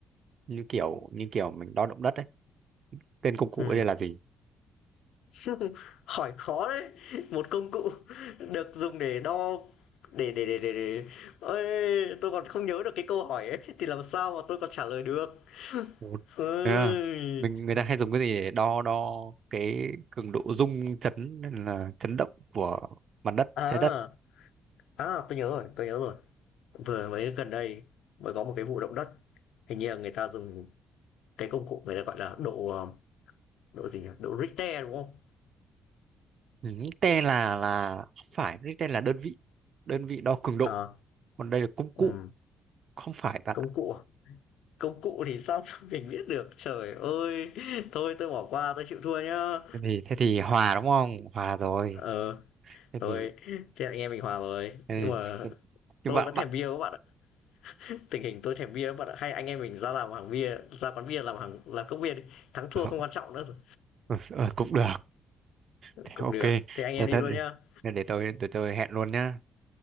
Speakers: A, on the right; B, on the left.
A: như kiểu như kiểu mình đo động đất ấy. Tên công cụ
B: Ừ.
A: ấy đây là gì?
B: <laughs> Hỏi khó đấy, một công cụ được dùng để đo để để để để để Ôi, tôi còn không nhớ được cái câu hỏi ấy thì làm sao mà tôi còn trả lời được.
A: Một.
B: Ôi.
A: Yeah. Mình người ta hay dùng cái gì để đo đo cái cường độ rung chấn hay là chấn động của mặt đất
B: À,
A: trái đất
B: à, tôi nhớ rồi, tôi nhớ rồi. Vừa mới gần đây mới có một cái vụ động đất, hình như là người ta dùng cái công cụ người ta gọi là độ ờ, độ gì nhỉ? Độ Richter đúng không?
A: Ừ, T là là không phải cái tên là đơn vị đơn vị đo cường độ
B: Ờ,
A: còn đây là công cụ
B: ừm,
A: không phải bạn
B: công
A: ạ.
B: cụ à? Công cụ thì sao <laughs> mình biết được. Trời ơi, thôi tôi bỏ qua, tôi chịu thua nhá.
A: thế thì thế thì hòa đúng không hòa rồi
B: Ờ.
A: thế
B: Thôi,
A: thì,
B: thế anh em mình hòa rồi.
A: thế
B: Nhưng mà
A: thì thế- nhưng
B: tôi
A: mà
B: vẫn
A: bạn
B: thèm bia các bạn ạ. Tình hình tôi thèm bia các bạn ạ. Hay anh em mình ra làm hàng bia, ra quán bia làm hàng làm cốc bia đi. Thắng thua
A: ờ,
B: không quan trọng nữa rồi.
A: ờ, ờ, cũng được Thế
B: Cũng
A: ok
B: được. Thế anh em
A: để
B: đi
A: tôi
B: luôn nhá.
A: để, để tôi để tôi hẹn luôn nhá